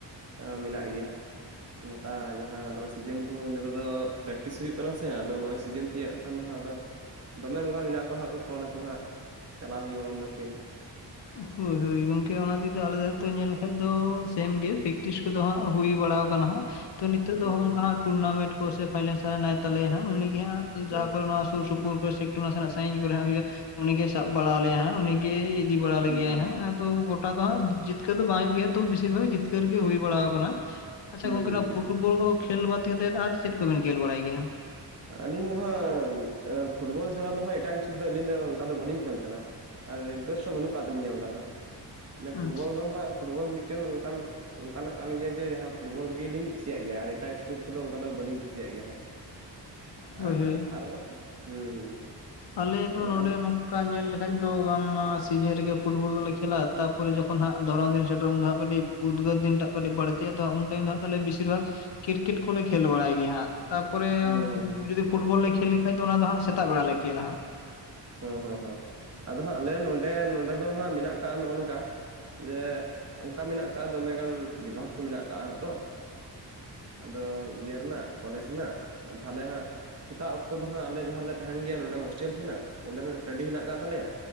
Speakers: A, on the right; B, on the left.
A: ᱟᱹ ᱢᱮᱱᱟᱜ ᱜᱮᱭᱟ ᱜᱚᱴᱟ ᱡᱟᱦᱟᱸ ᱱᱚᱣᱟ ᱥᱤᱡᱮᱱ ᱠᱚ ᱱᱤᱛᱚᱜ ᱫᱚ ᱯᱮᱠᱴᱤᱥ ᱦᱩᱭᱩᱜ ᱠᱟᱱᱟ ᱥᱮ ᱟᱫᱚ ᱱᱚᱜ ᱚᱭ ᱥᱤᱡᱮᱱ ᱛᱤᱭᱟᱹᱫ ᱞᱮᱠᱷᱟᱱ ᱫᱚ ᱦᱟᱸᱜ ᱟᱫᱚ ᱫᱚᱢᱮ ᱚᱱᱠᱟ ᱢᱮᱱᱟᱜ ᱠᱚᱣᱟ ᱦᱟᱸᱜ ᱠᱚ ᱯᱷᱳᱱ ᱟᱠᱚ ᱦᱟᱸᱜ ᱪᱟᱞᱟᱣ ᱦᱩᱭᱩᱜᱼᱟ ᱩᱱᱫᱚ ᱠᱷᱮᱞ
B: ᱦᱳᱭ ᱦᱳᱭ ᱜᱚᱢᱠᱮ ᱚᱱᱟ ᱛᱤᱜᱤ ᱛᱚ ᱟᱞᱮ ᱫᱷᱟᱨᱮ ᱫᱚ ᱧᱮᱞ ᱞᱮᱠᱟᱱ ᱫᱚ ᱥᱮᱢ ᱜᱮ ᱯᱮᱠᱴᱤᱥ ᱦᱟᱸᱜ ᱦᱩᱭ ᱵᱟᱲᱟᱣ ᱟᱠᱟᱱᱟ ᱦᱟᱸᱜ ᱛᱚ ᱱᱤᱛᱳ
A: ᱦᱩᱸ
B: ᱫᱚ ᱦᱚᱜᱝᱠᱟ
A: ᱦᱩᱸ
B: ᱦᱟᱸᱜ ᱴᱩᱨᱱᱟᱢᱮᱱᱴ ᱠᱚ ᱥᱮ ᱯᱷᱟᱭᱱᱮᱞ ᱱᱟᱭ ᱛᱟᱞᱮᱭᱟ ᱦᱟᱸᱜ ᱩᱱᱤ ᱜᱮ ᱦᱟᱸᱜ
A: ᱦᱩᱸ
B: ᱡᱟᱦᱟᱸ ᱠᱚ ᱱᱚᱣᱟ ᱥᱩᱨ ᱥᱩᱯᱩᱨ <inaudible> ᱱᱟᱥᱮᱱᱟᱜ ᱥᱟᱺᱤᱧ ᱠᱚᱨᱮ ᱦᱩᱭᱩᱜᱼᱟ ᱩᱱᱤ ᱜᱮ ᱥᱟᱵ ᱵᱟᱲᱟ ᱟᱞᱮᱭᱟ ᱦᱟᱸᱜ ᱩᱱᱤ ᱜᱮᱭ ᱤᱫᱤ ᱵᱟᱲᱟ ᱞᱮ
A: ᱦᱩᱸ
B: ᱜᱮᱭᱟᱭ
A: ᱦᱩᱸ ᱦᱩᱸ
B: ᱦᱟᱸᱜ ᱜᱚᱴᱟ ᱫᱚ ᱦᱟᱸᱜ ᱡᱤᱛᱠᱟᱹᱨ ᱫᱚ ᱵᱟᱭ ᱦᱩᱭᱩᱜ ᱜᱮᱭᱟ ᱛᱚ ᱵᱮᱥᱤᱨ ᱵᱷᱟᱜ ᱡᱤᱛᱠᱟᱹᱨᱜᱮ ᱦᱩᱭ ᱵᱟᱲᱟᱣ ᱟᱠᱟᱱᱟ᱾ ᱟᱪᱪᱷᱟ ᱜᱚᱝᱠᱮ
A: ᱦᱩᱸ ᱦᱩᱸ
B: ᱱᱚᱣᱟ
A: ᱦᱩᱸ
B: ᱯᱷᱩᱴᱵᱚᱞ ᱠᱚ ᱠᱷᱮᱞ ᱵᱟᱫ ᱠᱟᱛᱮᱫ ᱟᱨ ᱪᱮᱫ ᱠᱚᱵᱮᱱ ᱠᱷᱮᱞ ᱵᱟᱲᱟᱭ ᱜᱮᱭᱟ?
A: ᱟᱹᱞᱤᱧ ᱫᱚᱦᱟᱸᱜ ᱯᱷᱩᱴᱵᱚᱞ ᱪᱷᱟᱲᱟ ᱫᱚᱦᱟᱸᱜ ᱮᱴᱟᱜ ᱠᱤᱪᱷᱩ ᱫᱚ ᱟᱹᱞᱤᱧ ᱫᱚ ᱚᱱᱠᱟ ᱫᱚ ᱵᱟᱹᱞᱤᱧ ᱠᱷᱮᱞ ᱛᱟᱦᱮᱱᱟ᱾ ᱟᱨ ᱤᱱᱴᱟᱨᱮᱥ ᱦᱚᱸ ᱵᱟᱹᱱᱩᱜ ᱠᱟᱜ ᱛᱟᱹᱞᱤᱧᱟ ᱚᱱᱠᱟ ᱫᱚ, ᱢᱟᱱᱮ
B: ᱦᱳᱭ
A: ᱯᱷᱩᱴᱵᱚᱞ ᱫᱚ ᱦᱟᱸᱜ ᱯᱷᱩᱴᱵᱚᱞ ᱢᱤᱫᱴᱮᱱ ᱚᱱᱠᱟᱱ ᱚᱱᱠᱟᱱᱟᱜ ᱠᱟᱱ ᱜᱮᱭᱟ ᱡᱮ ᱡᱟᱦᱟᱸ ᱯᱷᱩᱴᱵᱚᱞ ᱜᱮᱞᱤᱧ ᱠᱩᱥᱤᱭᱟᱜ ᱜᱮᱭᱟ ᱟᱨ ᱮᱴᱟᱨ ᱮᱥᱯᱳᱨᱴ ᱠᱚᱫᱚ ᱚᱱᱠᱟ ᱫᱚ ᱵᱟᱹᱞᱤᱧ ᱠᱩᱥᱤᱭᱟᱜ ᱜᱮᱭᱟ ᱦᱟᱸᱜ
B: ᱦᱳᱭ
A: ᱟᱨ
B: ᱦᱳᱭ
A: ᱟᱨ ᱚᱱᱟ ᱦᱩᱸ ᱦᱩᱸ
B: ᱟᱞᱮ ᱫᱚ
A: ᱚᱱᱟᱜᱮ
B: ᱱᱚᱰᱮ ᱱᱼᱼ ᱚᱱᱠᱟ ᱧᱮᱞ ᱞᱮᱠᱷᱟᱡ ᱫᱚ ᱵᱟᱝᱢᱟ ᱥᱤᱡᱤᱱ ᱨᱮᱜᱮ ᱯᱷᱩᱴᱵᱚᱞ ᱫᱚᱞᱮ ᱠᱷᱮᱞᱟ ᱛᱟᱨᱯᱮ ᱡᱚᱠᱷᱚᱱ ᱦᱟᱸᱜ ᱫᱷᱚᱨᱚᱱ ᱫᱤᱱ ᱥᱮᱴᱮᱨᱚᱜ ᱩᱱ ᱫᱚ ᱦᱟᱸᱜ ᱠᱟᱹᱴᱤᱡ ᱩᱫᱽᱜᱟᱨ ᱫᱤᱱᱴᱟᱜ ᱠᱟᱹᱤᱡ ᱵᱟᱹᱲᱛᱤᱭᱟ ᱛᱚ ᱩᱱ ᱴᱟᱭᱤᱢ ᱫᱚ ᱛᱟᱦᱚᱞᱮ ᱵᱮᱥᱤᱨ ᱵᱷᱟᱜᱽ ᱠᱨᱤᱠᱮᱴ ᱠᱚᱞᱮ ᱠᱷᱮᱞ ᱵᱟᱲᱟᱭ ᱜᱮ ᱦᱟᱸᱜ ᱛᱟᱨᱯᱚᱨᱮ
A: ᱦᱮᱸ ᱦᱮᱸ
B: ᱯᱷᱩᱴᱵᱚᱞ ᱞᱮ ᱠᱷᱮᱞ ᱞᱮᱠᱷᱟᱱᱡ ᱫᱚ ᱚᱱᱟ ᱫᱚ ᱦᱟᱸᱜ ᱥᱮᱛᱟᱜ ᱵᱮᱲᱟ ᱞᱮ ᱠᱷᱮᱹᱞᱟᱜ ᱦᱟᱸᱜ᱾
A: ᱦᱮᱸ ᱦᱮᱸ ᱦᱮᱸ ᱟᱫᱚ ᱦᱟᱸᱜ ᱟᱞᱮ ᱱᱚᱰᱮ ᱱᱚᱰᱮ ᱫᱚ ᱦᱟᱸᱜ ᱢᱮᱱᱟᱜ ᱠᱟᱜ ᱱᱚᱜᱼᱚ ᱱᱚᱝᱠᱟ ᱡᱮ ᱚᱱᱠᱟ ᱢᱮᱱᱟᱜ ᱟᱠᱟᱟᱜ ᱟ ᱫᱚᱢᱮᱜᱟᱱ ᱵᱤᱵᱷᱟᱜᱽ ᱠᱚ ᱢᱮᱱᱟᱜ ᱟᱠᱟᱟᱜ ᱦᱟᱸᱜ ᱛᱚ ᱟᱫᱚ ᱤᱭᱟᱹ ᱨᱮᱱᱟᱜ ᱠᱚᱞᱮᱡᱽ ᱨᱮᱱᱟᱜ ᱛᱟᱦᱚᱞᱮ ᱦᱟᱸᱜ ᱥᱮᱛᱟᱜ ᱚᱠᱛᱚ ᱫᱚ ᱦᱟᱸᱜ ᱟᱞᱮ ᱡᱟᱦᱟᱸ ᱨᱮᱞᱮ ᱛᱟᱦᱮᱱ ᱜᱮᱭᱟ ᱱᱚᱰᱮ ᱦᱳᱥᱴᱮᱞ ᱴᱮᱱᱟᱜ ᱚᱱᱰᱮᱱᱟᱜ ᱴᱟᱺᱰᱤ ᱦᱮᱱᱟᱜ ᱟᱠᱟᱫ ᱛᱟᱞᱮᱭᱟ